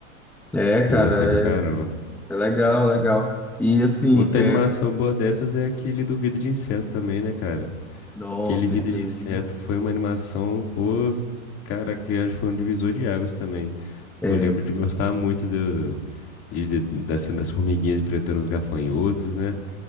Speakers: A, in the centre; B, on the left (about 35°).
A: É,
B: Eu
A: cara,
B: gostei pra caramba.
A: é, é legal, legal. E, assim,
B: Outra
A: é...
B: animação boa dessas é aquele do Vida de Inseto também, né, cara?
A: Nossa,
B: Aquele Vida
A: esse
B: de
A: aí...
B: Inseto foi uma animação, pô, cara, que acho que foi um divisor de águas também.
A: É,
B: Eu lembro de gostar muito do, de, de- da cena das formiguinhas enfrentando os gafanhotos, né?